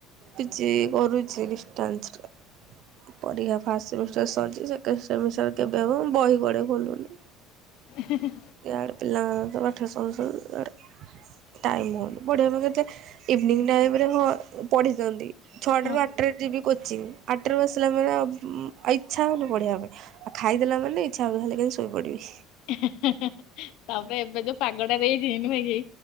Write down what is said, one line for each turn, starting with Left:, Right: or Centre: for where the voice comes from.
Right: ପିଜି କରୁଛି ଡିଷ୍ଟାନ୍ସ ରେ। ପରୀକ୍ଷା ଫାଷ୍ଟ ସେମିଷ୍ଟାର ସରିଛି ସେକେଣ୍ଡ ସେମିଷ୍ଟାର କେବେ ହେବ ମୁଁ ବହି କୁଆଡେ ଖୋଲୁନି।
Left: ହେଁ ହେଁ।
Right: ଇଆଡେ ପିଲାଙ୍କର ପାଠ ସରୁ ସରୁ ଆଡ଼େ। ଟାଇମ୍ ହଉନି ପଢ଼ିବା ପାଇଁ କେତେ ଇଭିନିଂ ଟାଇମ ହଁ ପଢ଼ି ଦିଅନ୍ତି। ଛଅଟା
Left: ହଁ
Right: ରୁ ଆଠଟାରେ ଯିବି କୋଚିଂ ଆଠ ଟାରୁ ଆସିଲା ପରେ ଆଉ ଇଚ୍ଛା ହଉନି ପଢିବା ପାଇଁ। ଆଉ ଖାଇଦେଲାମାନେ ଇଚ୍ଛା ହବଖାଲି କେମିତି ଶୋଇ ପଡିବି?
Left: ହେଁ ହେଁ ତମେ ଏବେ ଯୋଉ ପାଗଟା ଦେଇଛି ନୁହିକି